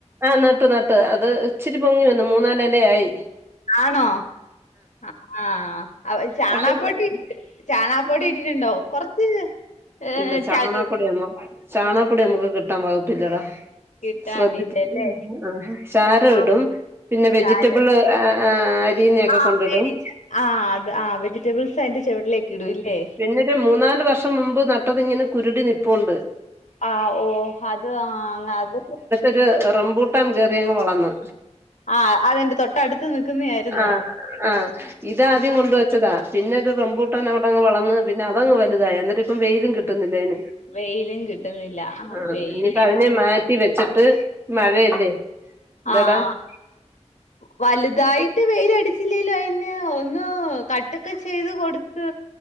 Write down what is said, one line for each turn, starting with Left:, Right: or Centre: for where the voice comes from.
Right: ആഹ് നട്ട് നട്ട് അത് ഇച്ചിരി പൊങ്ങി വന്നു മൂന്നാല് എല ആയി
Left: ആണോ ആ അത് ചാണകപ്പൊടി
Right: പക്ഷെ ഇപ്പൊ-
Left: ചാണകപ്പൊടി ഇട്ടിട്ടുണ്ടോ കൊറച്ച് ഏഹ്
Right: ഇല്ല ചാണകപ്പൊടിയൊന്നും
Left: ചകി
Right: ചാണകപ്പൊടി നമ്മുക്ക് കിട്ടാൻ വകുപ്പില്ലടാ
Left: കിട്ടാനില്ലല്ലേ
Right: <unintelligible> ആ ചാരം
Left: ആഹ്
Right: ഇടും പിന്നെ വെജിറ്റബിള്
Left: ചാരം ഇടും.
Right: ആ അരീയുന്ന ഒക്കെ
Left: ആഹ്
Right: കൊണ്ടിടും
Left: മേടിച്ച ആഹ് അതാ ആ വെജറ്റബിൾസ് അതിന്റെ ചുവട്ടിലേക്ക് ഇടൂല്ലേ
Right: പിന്നൊരു മൂന്നാല് വർഷം മുമ്പ് നട്ടത് ഇങ്ങനെ കുരുടി നിപ്പുണ്ട്
Left: ആഹ് ഓ അത് ആ അ അത്
Right: ഒരു റംബൂട്ടൻ കയറി അങ്ങ് വളന്ന്
Left: ആ അതിന്റെ തൊട്ടടുത്ത് നിക്കുന്നയായിരുന്നോ
Right: ആഹ് ആഹ് ഇത് ആദ്യം
Left: ആഹ്
Right: കൊണ്ട് വ ച്ചതാ പിന്നെ ഒരു റമ്പൂട്ടാൻ അവിടങ്ങ് വളന്ന് പിന്നെ അതങ്ങ് വലുതായി എന്നിട്ട് ഇപ്പം വെയിലും കിട്ടുന്നില്ല അതിന്
Left: വെയിലും കിട്ടുന്നില്ല ആ
Right: ആഹ്
Left: വെയിലിപ്പം
Right: ഇനിയിപ്പ അതിനെ മാറ്റി വെച്ചിട്ട് മഴയല്ലേ എന്താടാ
Left: ആഹ് വലുതായിട്ട് വെയിൽ അടിച്ചില്ലേലും അതിന് ഒന്ന് കട്ടൊക്കെ ചെയ്ത് കൊടുത്ത്